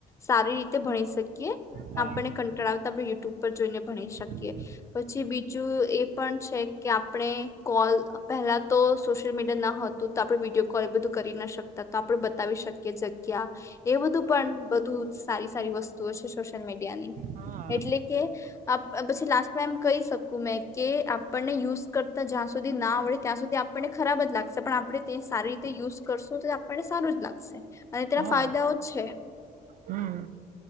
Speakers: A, on the left; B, on the right.
A: સારી રીતે ભણી શકી
B: હા
A: આપણે કંટળાવતા યુટ્યુબ પર જોઈને ભણી શકીએ,
B: હમ.
A: પછી બીજું એ પણ છે કે આપણે કોલ પહેલા તો સોશિયલ મીડ ના હોત તો આપણે વિડીયો કોલ એ બધું કરી ના શકી તો આપડ બતાવી શકીએ જગ્યા, એ બધું પણ બધું સારી સારી વસ્તુઓ છે સોશિયલ મીડિયાની,
B: હા
A: એટલે કે પછી લાસ્ટ ટાઈમ કહી શકું મેં કે આપણને યુઝ કરતા જ્યાં સુધી ના આવડે ત્યાં સુધી આપણને ખરાબ જ લાગશે પણ આપણે તિશ સારી રીતે યુઝ કરશું પણ સારું જ લાગશે અને તેના
B: હા
A: ફાયદાઓ છે
B: હમ